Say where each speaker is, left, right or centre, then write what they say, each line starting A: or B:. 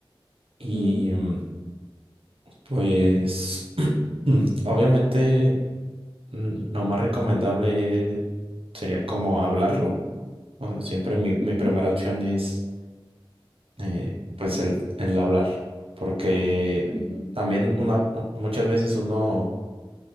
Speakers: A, on the right; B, on the right.
A: Y
B: ujú,
A: mm, pues, <clears throat> obviamente, mm, lo más recomendable sería como hablarlo. O sea, siempre mi, mi
B: ujú,
A: primera opción es, eh, pues, el, el hablar. Porque
B: ujú.
A: también una, u- muchas veces uno,